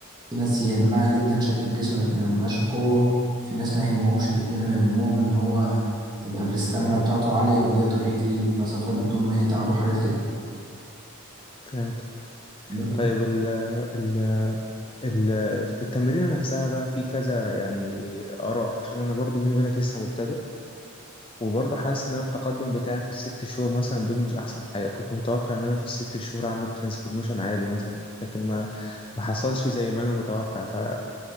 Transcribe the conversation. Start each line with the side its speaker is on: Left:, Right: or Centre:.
Right: في ناس يهمها جدا شكل الجسم ما يهمهاش القوة في ناس ما يهمهمش الاتنين ويهمهم إن هو تبقى الاستامينا بتاعته عالية وبيقدر يجري مسافات بدون ما يتعب وحاجات كده
Left: فهمتك
Right: بس.
Left: طيب ال ال ال في التمرين نفسها بقى في كذا يعني آراء عشان أنا برضو بيني وبينك لسه مبتدئ وبرضه حاسس ان أنا التقدم بتاعي في الست شهور مثلا دول مش احسن حاجه كنت متوقع ان انا في الست شهور اعمل ترانسفورميشن عالي مثلا لكن ما ما حصلش زي ما انا متوقع ف